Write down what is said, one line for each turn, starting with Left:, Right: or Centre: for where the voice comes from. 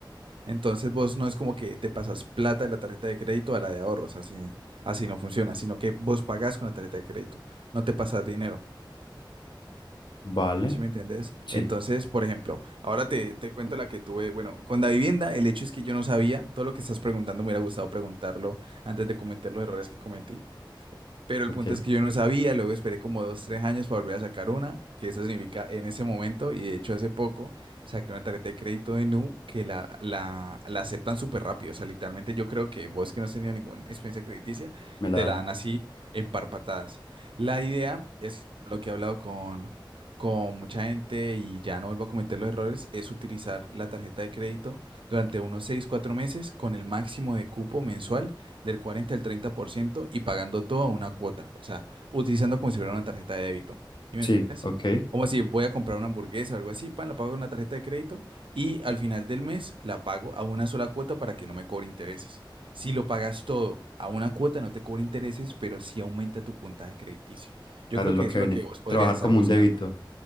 Right: Entonces vos no es como que te pasas plata de la tarjeta de crédito a la de ahorros, así, así no funciona, sino que vos pagás con la tarjeta de crédito, no te pasas dinero,
Left: Vale,
Right: ¿sí me entiendes?
Left: sí,
Right: Entonces, por ejemplo, ahora te, te cuento la que tuve, bueno, con la vivienda, el hecho es que yo no sabía, todo lo que estás preguntando me hubiera gustado preguntarlo antes de cometer los errores que cometí, pero el
Left: ok,
Right: punto es que yo no sabía, luego esperé como dos, tres años para volver a sacar una, que eso significa en ese momento, y de hecho hace poco saqué una tarjeta de crédito de Nu que la, la, la aceptan súper rápido, o sea, literalmente yo creo que vos que no has tenido ninguna experiencia crediticia,
Left: me la
Right: te
Left: dan.
Right: la dan así en par patadas. La idea es lo que he hablado con, con mucha gente y ya no vuelvo a cometer los errores, es utilizar la tarjeta de crédito durante unos seis, cuatro meses con el máximo de cupo mensual del 40 al 30% y pagando todo a una cuota, o sea, utilizando como si fuera una tarjeta de débito. ¿Y
Left: Sí,
Right: me entiendes?
Left: ok.
Right: Como si voy a comprar una hamburguesa o algo así, pan, la pago con una tarjeta de crédito y al final del mes la pago a una sola cuota para que no me cobre intereses. Si lo pagas todo a una cuota, no te cobra intereses, pero sí aumenta tu puntaje crediticio. Yo
Left: Claro,
Right: creo
Left: es
Right: que
Left: lo que
Right: eso
Left: beneficia.
Right: es lo que vos podrías
Left: Trabajar
Right: estar
Left: como
Right: buscando.
Left: un débito.